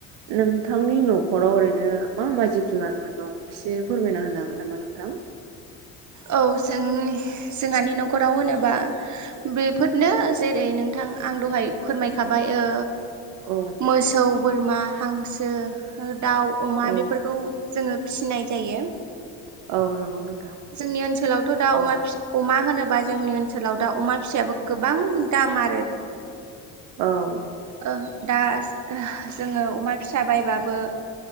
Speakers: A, on the right (about 70°); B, on the right (about 40°).
A: नोंथांनि न'खराव ओरैनो मा मा जिब जुनारफोर दं एसे फोरमायना होनो हागोन नामा नोंथां <inaudible>
B: औ जोंनि जोंहानि न'खराव होनोबा बेफोरनो जेरै नोंथां आं दहाय फोरमायखाबाय ओ
A: औ
B: मोसौ बोरमा हांसो दाउ अमा
A: औ
B: बेफोरखौ जोङो फिनाय जायो।
A: औ नंगौ नोंथां
B: जोंनि ओनसोलावथ' दा
A: औ
B: अमा फि होनोबा जोंनि ओ ओनसोलाव दा अमा फिसायाबो गोबां दाम आरो
A: औ
B: ओ दा जोङो अमा फिसा बायबाबो